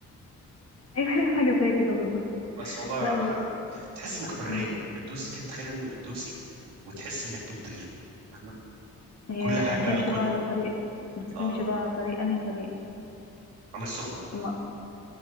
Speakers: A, on the left; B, on the right.
A: ايوه <laughs> حاجه زي كده بالظبط
B: بس والله
A: لا
B: انا بقى
A: ب...
B: بتحس انك حريه
A: مم.
B: بتدوسي كده تخيل انك بتدوسي وتحس انك بتطيري فاهمه
A: يا
B: كل حاجه
A: بتمشي
B: اكلها
A: بقى على طريق بتمشي
B: اه
A: بقى على طريق انهي طريق
B: انا السخنه
A: ما...